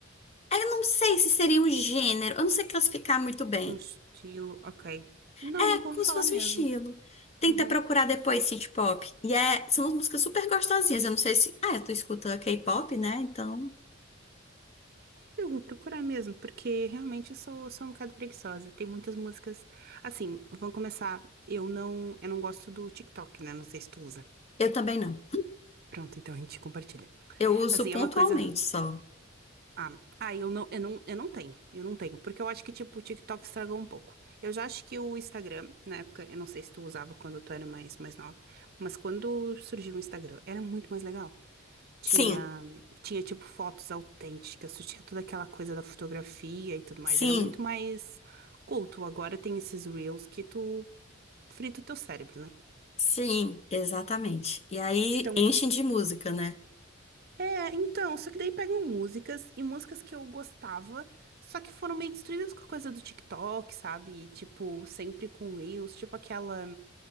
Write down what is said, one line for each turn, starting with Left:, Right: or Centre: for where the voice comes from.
Left: Eu não sei se seria um gênero, eu não sei classificar muito bem.
Right: Tipo um estilo, ok. Não,
Left: É
Right: nunca
Left: como
Right: ouvi falar
Left: se fosse
Right: mesmo.
Left: um estilo. Tenta
Right: Uhum.
Left: procurar depois synth pop. E é, são músicas super gostosinhas. Eu não sei se. Ah, tu escuta K-pop, né? Então.
Right: Eu vou procurar mesmo, porque realmente eu sou, sou um bocado preguiçosa. Tem muitas músicas. Assim, vamos começar. Eu não, eu não gosto do TikTok, né? Não sei se tu usa.
Left: Eu também não.
Right: Pronto, então a gente compartilha.
Left: Eu uso
Right: Assim,
Left: pontualmente
Right: é uma coisa.
Left: só.
Right: Ah, ah, eu não, eu não, eu não tenho. Eu não tenho. Porque eu acho que, tipo, o TikTok estragou um pouco. Eu já acho que o Instagram, na época, eu não sei se tu usava quando tu era mais, mais nova, mas quando surgiu o Instagram, era muito mais legal. Tinha,
Left: Sim,
Right: tinha tipo fotos autênticas, tu tinha toda aquela coisa da fotografia e tudo mais.
Left: sim,
Right: Era muito mais culto. Agora tem esses reels que tu frita o teu cérebro, né?
Left: sim, exatamente. E aí
Right: Então,
Left: enchem de música, né?
Right: é, então, só que daí pegam músicas e músicas que eu gostava, só que foram meio destruídas com a coisa do TikTok, sabe? E, tipo, sempre com reels, tipo aquela